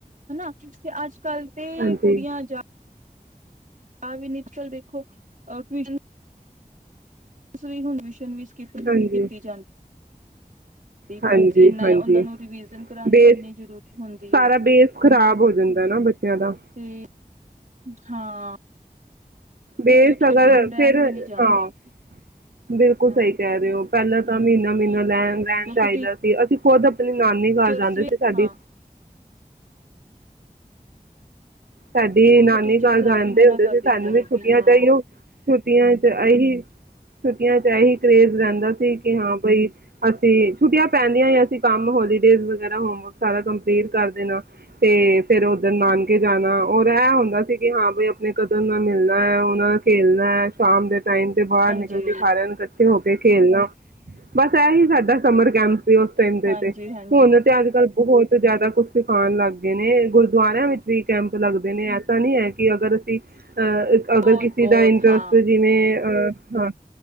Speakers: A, on the right (about 55°); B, on the right (about 80°).
A: ਹਨਾ ਤੇ ਅੱਜ ਕੱਲ ਤੇ
B: ਹਾਂਜੀ
A: ਕੁੜੀਆਂ ਜਾ <unintelligible> ਤੁ ਵੀ ਹੁਣ ਵਿਸ਼ਨ ਵੀ ਕਿ ਕੀ
B: ਹਾਂਜੀ
A: ਕੀਤੀ ਜਾਂਦੀ
B: ਹਾਂਜੀ
A: ਕਿਉਂਕਿ ਇੰਨਾ
B: ਹਾਂਜੀ
A: ਉਹਨਾਂ ਨੂੰ ਰਿਵੀਜ਼ਨ ਕਰਾਣੀ
B: ਬੇਸ
A: ਕਿੰਨੀ ਜ਼ਰੂਰੀ ਹੁੰਦੀ
B: ਸਾਰਾ
A: ਹੈ
B: ਬੇਸ ਖ਼ਰਾਬ ਹੋ ਜਾਂਦਾ ਨਾ ਬੱਚਿਆਂ ਦਾ
A: ਤੇ ਹਾਂ
B: ਬੇਸ
A: ਇਸ ਚੱਕਰ
B: ਅਗਰ
A: ਚ ਹੁਣ ਰਹਿਣ
B: ਫਿਰ
A: ਵੀ ਨੀ ਜਾਂਦੀਆਂ
B: ਹਾਂ ਬਿਲਕੁਲ
A: ਹਾਂ
B: ਸਹੀ ਕਹਿ ਰਹੇ ਹੋ ਪਹਿਲਾਂ
A: ਹੂੰ
B: ਤਾਂ ਮਹੀਨਾ ਮਹੀਨਾ ਰੈਣ ਰੈਣ
A: ਕਿਉਂਕਿ
B: ਜਾਈਦਾ ਸੀ ਅਸੀਂ ਉਹਦਾ ਆਪਣੀ ਨਾਨੀ
A: ਟੀਚਰਸ
B: ਘਰ ਜਾਂਦੇ
A: ਵੀ
B: ਸੀ ਸਾਡੀ
A: ਹਾਂ
B: ਸਾਡੀ
A: ਹੁਣ
B: ਨਾਨੀ
A: ਤਾਂ ਟੀਚਰਸ
B: ਘਰ ਜਾਂਣਦੇ
A: ਆਪ ਹੀ ਮਨਾ
B: ਹੁੰਦੇ
A: ਕਰ
B: ਸੀ ਸਾਨੂੰ
A: ਦਿੰਦੀਆਂ ਨੇ
B: ਵੀ ਛੁੱਟੀਆਂ
A: ਕਿ ਹਾਂ
B: ਚ ਆਈ ਹੋ ਛੁੱਟੀਆਂ ਚ ਆਹੀ ਛੁੱਟੀਆਂ ਚ ਇਹੀ ਕਰੇਜ਼ ਰਹਿੰਦਾ ਸੀ ਕਿ ਹਾਂ ਬਾਈ ਅਸੀਂ ਛੁੱਟੀਆਂ ਪੈਂਦੀਆਂ ਹੀ ਅਸੀਂ ਕੰਮ ਹੋਲੀਡੇਜ਼ ਵਗੈਰਾ ਹੋਮਵਰਕ ਸਾਰਾ ਕੰਪਲੀਟ ਕਰ ਦੇਣਾ ਤੇ ਫਿਰ ਉੱਧਰ ਨਾਨਕੇ ਜਾਣਾ ਔਰ ਇਹ ਹੁੰਦਾ ਸੀ ਕਿ ਹਾਂ ਬਈ ਆਪਣੇ ਕਜ਼ਨ ਨਾਲ ਮਿਲਣਾ ਹੈ, ਉਹਨਾਂ ਨਾਲ ਖੇਲਣਾ ਹੈ, ਸ਼ਾਮ ਦੇ ਟਾਈਮ ਤੇ ਬਾਹਰ
A: ਹਾਂਜੀ
B: ਨਿਕਲ ਕੇ ਸਾਰਿਆਂ ਇਕੱਠੇ ਹੋ ਕੇ ਖੇਲਣਾ ਬਸ ਇਹ ਹੀ ਸਾਡਾ ਸਮਰ ਕੈਂਪ ਉਸ ਟਾਈਮ ਦੇ
A: ਹਾਂਜੀ
B: ਤੇ
A: ਹਾਂਜੀ
B: ਹੁਣ ਤੇ ਅੱਜ ਕੱਲ ਹੋਹੁਤ ਜ਼ਿਆਦਾ ਕੁਛ ਸਿਖਾਉਣ ਲੱਗ ਗਏ ਨੇ ਗੁਰਦੁਆਰੇ ਫਰੀ ਕੈਂਪ ਲੱਗਦਾ ਨੇ ਐਸਾ ਨਹੀ ਹੈ ਕਿ ਅਗਰ ਅਸੀਂ ਅ ਅਗਰ
A: ਬਹੁਤ
B: ਕਿਸੇ
A: ਬਹੁਤ
B: ਦਾ ਇੰਟਰਸਟ
A: ਹਾਂ
B: ਜਿਵੇਂ ਹਾਂ